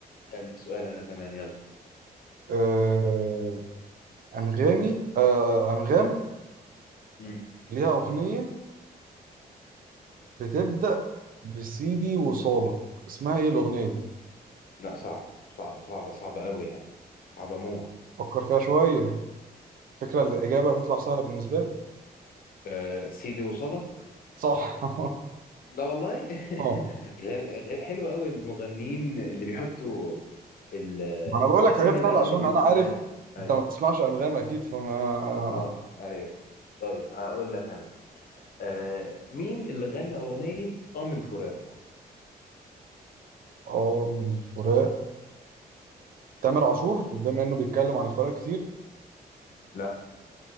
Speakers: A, on the left; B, on the right.
A: سألني سؤال انا كمان يلا
B: آه، أنغامي آه، أنغام
A: مم.
B: ليها أغنية بتبدأ بسيدي وصالك اسمها إيه الأغنية دي؟
A: لا صعب صعب صعب صعب قوي يعني صعب موت
B: فكر فيها شوية فكرة الإجابة هتطلع سهلة بالنسبة لك
A: آه سيدي وصلك
B: صح <laughs>
A: لا والله
B: اه
A: <laughs> غير غير حلو قوي المغنيين اللي بيحطوا ال-
B: ما أنا بقول لك
A: اسامي
B: حاجات
A: الاغاني
B: سهلة عشان
A: بالكوبلهات
B: أنا عارف
A: ايوه
B: أنت ما بتسمعش أنغام أكيد فما
A: اه ايوه طيب هقول لك انا آه مين اللي غنى اغنيه اه من فراق
B: آه من الفراق
A: مم.
B: تامر عاشور بما إنه بيتكلم عن الفراق كتير
A: لا